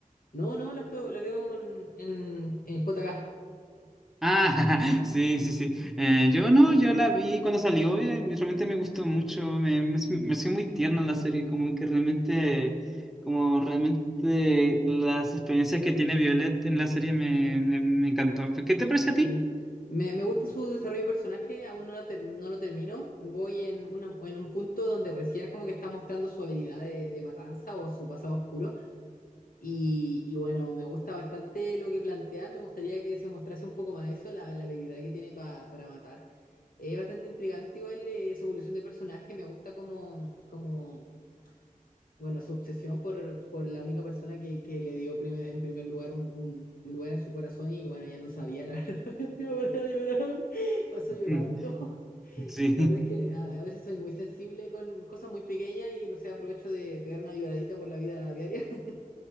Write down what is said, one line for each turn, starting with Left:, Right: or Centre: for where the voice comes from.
Left: No, no, la, esto- la veo en, en, en JK.
Centre: Ah, <laughs> sí, sí, sí. Eh, yo no, yo la vi cuando salió y eh, realmente me gustó mucho, me, me, me pareció muy tierna la serie, como que realmente, como realmente las experiencias que tiene Violet en la serie me, me, me encantó. ¿Qué te pareció a ti?
Left: Sí. Me, me gusta su desarrollo de personaje, aún no lo, ter- no lo termino. Voy en, una- en un punto donde recién como que está mostrando su habilidad de, de matanza o su pasado oscuro. Y, y bueno, me gusta bastante lo que plantea, me gustaría que se mostrase un poco más eso, la, la habilidad que tiene pa- para matar. Es bastante intrigante igual eh, su evolución de personaje, me gusta como, como bueno, su obsesión por, por la única persona que, que le dio primer- en primer lugar un, un- un lugar en su corazón y bueno, ya no sabía, la verdad, <laughs> me voy a llorar, paso llorando.
Centre: Mm, <laughs> Sí.
Left: La verdad es que a, a veces soy muy sensible con cosas muy pequeñas y no sé, aprovecho de pegar una lloradita por la vida diaria. <laughs>